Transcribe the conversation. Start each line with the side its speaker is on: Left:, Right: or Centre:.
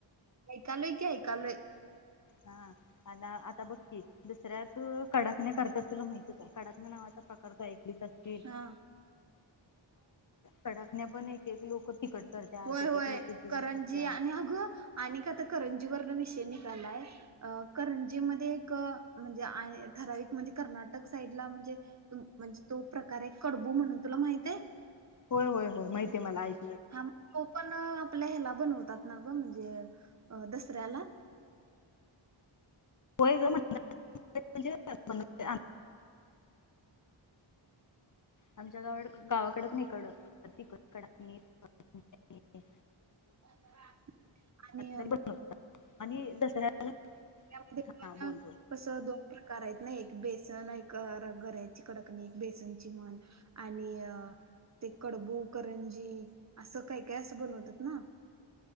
Right: ऐकालोय की ऐकालोय.
Left: हा आता आता बघकी दुसऱ्यात कडाकण्या करतात तुला माहतीच आहे कडाक नावाचा प्रकारच ऐकलीच असचिल
Right: हा
Left: कडाकण्या पण एक एक लोक तिकट करतात
Right: होय
Left: एक
Right: होय
Left: एक लोक गुड
Right: करंजी
Left: करतात
Right: आणि अगं आणि का आता करंजी वरण मिश ायंजी म म्हणजे ठरा म्हणजे कर्टक साईडला म्हणजेणज तो प्रकार आहे कडबू म्हणून तुला माहितय?
Left: होय होय होय माहिती मला ऐक
Right: हा म तो पण आपल्या ह्याला बनवतात ना ग म्हणजे अ दसऱ्याला.
Left: होय ग म्हण <unintelligible> आमच्या <unintelligible> गा गावाकड नाही कड कडाकणी <unintelligible>
Right: <unintelligible>
Left: तरी
Right: आणि
Left: बनव आणि दसऱ्याला
Right: <unintelligible>
Left: <unintelligible> बोल
Right: ना
Left: बोल
Right: कस दोन प्रकार आहेत ना एक बेसन एक गऱ्याची कडाकणी एक बेसनची म्हण आणि ते कडबू करंजी असं काय काय असं बनवतात ना.